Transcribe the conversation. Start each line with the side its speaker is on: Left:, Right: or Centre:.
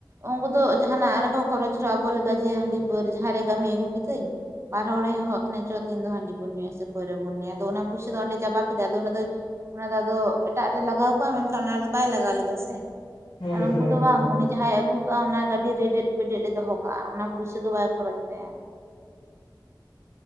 Right: ᱩᱱᱠᱩ ᱫᱚ ᱡᱟᱦᱟᱱᱟᱜ ᱨᱮᱠᱚ ᱠᱷᱚᱨᱚᱪ ᱨᱮᱦᱚᱸ ᱟᱵᱚ ᱞᱮᱠᱟ ᱡᱮ ᱦᱟᱺᱰᱤ ᱯᱟᱹᱨ ᱡᱟᱦᱟᱸ ᱨᱮ ᱠᱟᱹᱢᱤ ᱟᱹᱜᱩ ᱠᱤᱫᱟᱹᱧ ᱵᱟᱨ ᱦᱚᱲᱤᱧ ᱦᱚᱦᱚ ᱟᱜ ᱠᱤᱱᱟ ᱪᱚ ᱛᱤᱦᱤᱱ ᱫᱚ ᱦᱟᱺᱰᱤ ᱵᱚᱱ ᱧᱩᱭᱟ ᱥᱮ ᱯᱟᱹᱣᱨᱟᱹ ᱵᱚᱱ ᱧᱩᱭᱟ ᱟᱫᱚ ᱚᱱᱟ ᱯᱩᱭᱥᱟᱹ ᱫᱚ ᱚᱸᱰᱮ ᱪᱟᱵᱟ ᱠᱮᱫᱟ ᱟᱫᱚ ᱚᱱᱟ ᱫᱚ ᱚᱱᱟ ᱫᱚ ᱟᱫᱚ ᱮᱴᱟᱜ ᱨᱮ ᱞᱟᱜᱟᱣ ᱠᱚᱜ-ᱟ ᱢᱮᱱᱠᱷᱟᱱ ᱚᱱᱟ ᱨᱮᱫᱚ ᱵᱟᱭ ᱞᱟᱜᱟᱣ ᱞᱮᱫᱟ ᱥᱮ
Left: ᱦᱳᱭ
Right: ᱟᱨ ᱩᱱᱠᱩ
Left: ᱦᱳᱭ ᱮᱠᱫᱚᱢ
Right: ᱫᱚ ᱵᱟᱝ ᱩᱱᱤ ᱡᱟᱦᱟᱸᱭ ᱮ ᱟᱹᱜᱩ ᱠᱟᱜᱼᱟ ᱚᱱᱟ ᱜᱮ ᱟᱹᱰᱤ ᱨᱮᱰᱮᱫ ᱵᱮᱰᱮᱫ ᱮ ᱫᱚᱦᱚ ᱠᱟᱜᱼᱟ ᱚᱱᱟ ᱯᱩᱭᱥᱟᱹ ᱫᱚ ᱵᱟᱭ ᱠᱷᱚᱨᱚᱪ ᱛᱟᱭᱟ,
Left: <inaudible>